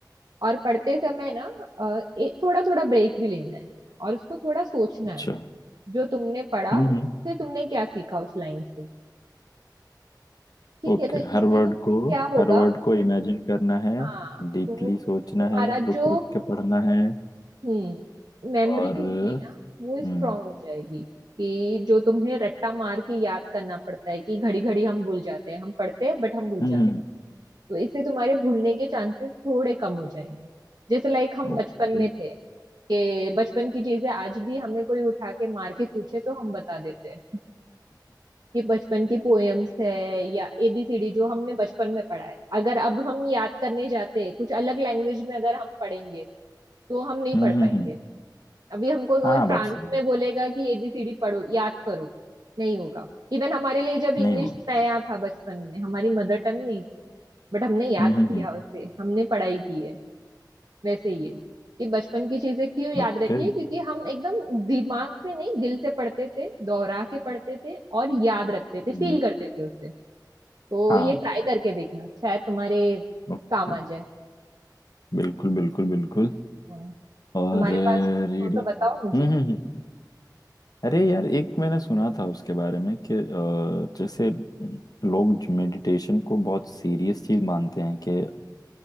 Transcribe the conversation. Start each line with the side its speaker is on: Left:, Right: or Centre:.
Right: और पढ़ते समय ना अ, एक थोड़ा थोड़ा ब्रेक भी लेना है और उसको थोड़ा सोचना
Left: अच्छा
Right: है जो तुमने पढ़ा
Left: हम्म
Right: उससे
Left: हम्म
Right: तुमने क्या सीखा उस लाइन से ठीक
Left: ओके
Right: है तो इससे
Left: हर वर्ड
Right: तुम्हें
Left: को
Right: क्या होगा
Left: हर वर्ड को इमेजिन करना है
Right: हाँ
Left: डीपली
Right: तो
Left: सोचना
Right: तुम्हारा
Left: है रुक
Right: जो
Left: रुक के पढ़ना है
Right: हम्म मेमोरी
Left: और
Right: होगी ना वो स्ट्रांग
Left: हम्म
Right: हो जाएगी कि जो तुम्हें रट्टा मार के याद करना पड़ता है कि घड़ी घड़ी हम भूल जाते हैं हम पढ़ते हैं बट हम भूल
Left: हम्म
Right: जाते हैं तो इससे तुम्हारे भूलने के चांसेस थोड़े कम हो जाएंगे जैसे लाइक हम बचपन
Left: ओके
Right: में थे कि बचपन की चीजें आज भी हमें कोई उठा के मार के पूछे तो हम बता देते हैं कि बचपन की पोएम्स है या एबीसीडी जो हमने बचपन में पढ़ा है अगर अब हम याद करने जाते कुछ अलग लैंग्वेज में अगर हम पढ़ेंगे तो हम नहीं
Left: हम्म
Right: पढ़
Left: हम्म
Right: पाएंगे
Left: हम्म,
Right: अभी हमको कोई
Left: हाँ बात
Right: फ्रांस
Left: सही है
Right: में बोलेगा कि एबीसीडी पढ़ो याद करो नहीं होगा इवन हमारे लिए जब इंग्लिश
Left: नहीं वो
Right: नया था बचपन में हमारी मदर टंग नहीं थी बट हमने याद
Left: हम्म
Right: किया
Left: हम्म हम्म
Right: उसे हमने पढ़ाई की है वैसे ही है कि बचपन की चीजें क्यों याद
Left: ओके
Right: रहती है क्योंकि हम एकदम दिमाग से नहीं दिल से पढ़ते थे दोहरा के पढ़ते थे और याद रखते थे
Left: हम्म,
Right: फील करते थे उसे तो
Left: हाँ
Right: ये ट्राई करके देखना शायद तुम्हारे
Left: ओके
Right: काम आ जाए
Left: बिल्कुल बिल्कुल बिल्कुल
Right: और
Left: और
Right: तुम्हारे पास भी कुछ
Left: रीडिंग
Right: हो तो बताओ मुझे
Left: हम्म हम्म हम्म। अरे यार एक मैंने सुना था उसके बारे में कि अ, जैसे लोग मेडिटेशन को बहुत सीरियस चीज मानते हैं कि